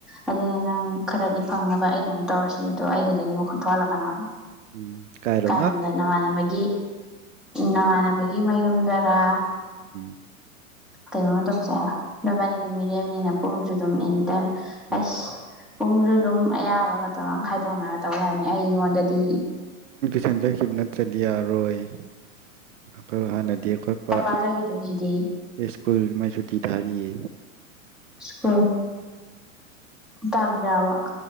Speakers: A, in the centre; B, on the right.
A: ꯑꯗꯨꯅ ꯅꯪ ꯈꯔꯗꯤ ꯐꯪꯅꯕ ꯑꯩꯒ ꯑꯃꯨꯛ ꯇꯧꯔꯁꯤ ꯑꯗꯣ ꯑꯩꯒꯤꯗꯗꯤ ꯃꯈꯣꯟꯠ ꯊꯣꯛꯍꯜꯂꯛꯀꯅꯣ
B: ꯎꯝ ꯀꯥꯏꯔꯣ
A: ꯀꯥꯏꯔꯣꯝꯗ ꯅꯃꯥꯟꯅꯕꯒꯤ ꯅꯃꯥꯟꯅꯕꯒꯤ ꯃꯌꯨꯝꯗꯔꯥ
B: <unintelligible>
A: <unintelligible> ꯅꯣꯏꯕꯥꯅꯤꯗꯤ ꯃꯤꯔꯦꯝꯅꯤꯅ ꯄꯨꯡꯁꯨ ꯑꯗꯨꯝ ꯑꯦꯅꯤ ꯇꯥꯏꯝ
B: ꯎꯝ
A: ꯑꯁ ꯄꯨꯡꯁꯨ ꯑꯗꯨꯝ ꯑꯌꯥꯕ ꯃꯇꯝ ꯑꯃ ꯈꯥꯏꯗꯣꯛꯅꯔ ꯇꯧ ꯌꯥꯅꯤ ꯑꯩꯉꯣꯟꯗꯗꯤ
B: ꯁꯦꯝꯖꯈꯤꯕ ꯅꯠꯇ꯭ꯔꯗꯤ ꯌꯥꯔꯣꯏ ꯑꯩꯈꯣꯏ ꯍꯥꯟꯅꯗꯤ ꯈꯣꯏꯄꯥ
A: ꯄꯄꯥ ꯆꯠꯈꯤꯗꯣꯏꯁꯤꯗꯤ
B: ꯁ꯭ꯀꯨꯜ ꯃꯥꯏ ꯁꯨꯇꯤ ꯊꯥꯔꯤꯌꯦ
A: ꯁꯀ꯭ꯨꯜ ꯇꯪ ꯀꯌꯥꯕꯧ